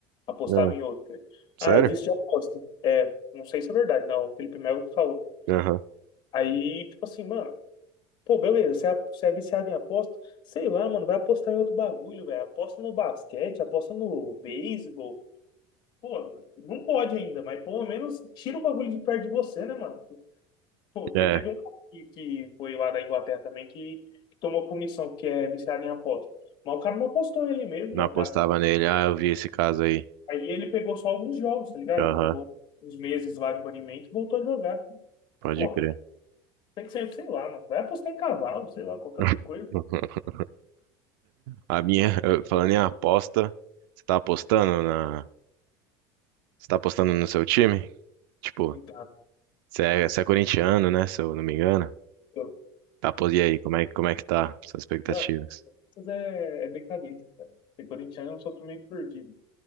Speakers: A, on the left (about 45°); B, on the right (about 80°).
A: Apostava
B: Ah,
A: em outro.
B: sério?
A: Ah, é vício de aposta. É, não sei se é verdade, não. O Felipe Melo que falou.
B: Aham.
A: Aí, tipo assim, mano, Pô, beleza, você é, você é viciado em aposta? Sei lá, mano, vai apostar em outro bagulho, velho. Aposta no basquete, aposta no beisebol. Pô, não pode ainda, mas pelo menos tira o bagulho de perto de você, né, mano? Pô, porque
B: É,
A: teve um cara que, que foi lá da Inglaterra também que, que tomou punição, porque é viciado em aposta. Mas o cara não apostou ele mesmo,
B: não
A: mano.
B: apostava
A: O cara...
B: nele. Ah, eu vi esse caso aí.
A: Aí ele pegou só alguns jogos, tá ligado?
B: Aham,
A: Ele Pegou uns meses lá de banimento e voltou a jogar.
B: pode
A: Porra,
B: crer.
A: tem que ser, sei lá, mano. Vai apostar em cavalo, sei lá, qualquer
B: <laughs>
A: outra coisa.
B: A minha, eu- falando em aposta, você tá apostando na. Você tá apostando no seu time? Tipo,
A: Então,
B: você é, você é corintiano, né? Se eu não me engano.
A: pô,
B: Tá, apos- e aí, como é, como é que tá suas expectativas?
A: mas- Corinthians é, é decadência, cara. Ser corintiano é um sopro meio perdido.